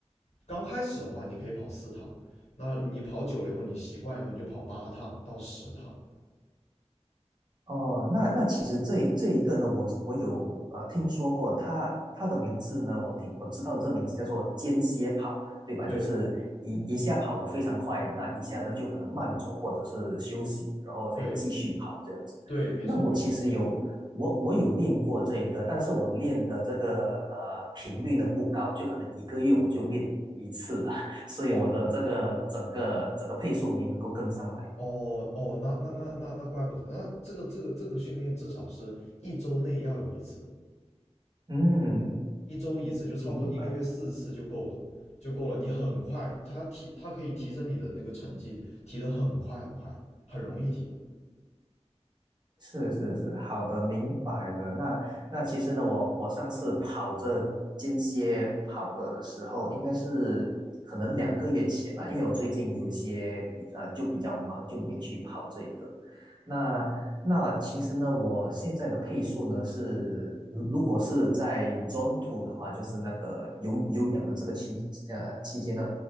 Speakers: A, on the left; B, on the right.
A: 刚开始的话你可以跑四趟，那你跑久了以后你习惯以后你就跑八趟到十趟，
B: 哦，那那其实这一这一个呢，我我有呃听说过他他的名字呢，我听我知道这名字叫做间歇跑，对吧？
A: 对
B: 就是一一下跑得非常快，那一下呢就可能慢走或者是休息，然后再继续跑这样子。
A: 对对，没错没错，
B: 那我其实有我我有练过这一个，但是我练的这个呃频率呢不高，就可能一个月我就练一次了，<laughs> 所以我的这个整个整个配速没能够跟上来。
A: 哦哦哦，那那那那那怪不得，那这个这个这个训练至少是一周内要有一次，
B: 嗯，
A: 一周一次就差不多一个月四次就够了。
B: 明白。
A: 就够了，你很快，它提它可以提升你的那个成绩，提得很快很快，很容易提的。
B: 是是是，好的，明白了。那那其实呢，我我上次跑这间歇跑的时候，应该是可能两个月前吧，因为我最近有些比呃就比较忙，就没去跑这一个。那那其实呢，我现在的配速呢是，如如果是在 Zone Two 的话，就是那个有有氧的这个期呃期间呢，